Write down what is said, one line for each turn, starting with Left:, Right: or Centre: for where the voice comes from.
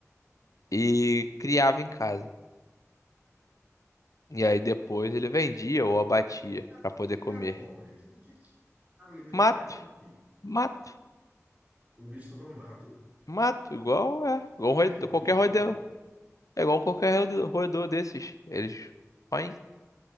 Right: Hum.
Left: e criava em casa. E aí depois ele vendia ou abatia
Right: Ah,
Left: pra
Right: o
Left: poder
Right: que que preá
Left: comer.
Right: come? O que, que, que que o cara alimenta
Left: Mato,
Right: preá com o quê?
Left: mato,
Right: O bicho só come mato?
Left: mato, igual é, igual um roedor-
Right: É herbívoro,
Left: qualquer roedor,
Right: mano.
Left: é igual qualquer roedor roedor desses. Eles põem